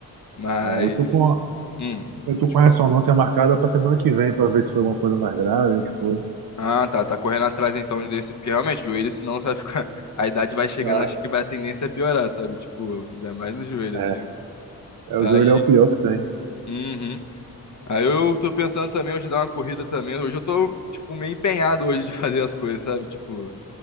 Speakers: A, on the left; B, on the right.
A: Mas.
B: é, eu tô com,
A: Hum,
B: eu tô
A: pode
B: com
A: falar.
B: a ressonância marcada pra semana que vem, pra ver se foi alguma coisa mais grave ou o que foi.
A: Ah, tá. Tá correndo atrás então desse. Porque realmente, joelho, senão você vai ficar. <laughs> A idade vai chegando,
B: Ah,
A: acho que vai a tendência a piorar, sabe? Tipo, ainda mais no joelho,
B: é,
A: assim.
B: é,
A: Aí.
B: o joelho é o pior que tem.
A: Uhum. Aí eu tô pensando também hoje dar uma corrida também. Hoje eu tô, tipo, meio empenhado hoje de <laughs> fazer as coisas, sabe? Tipo.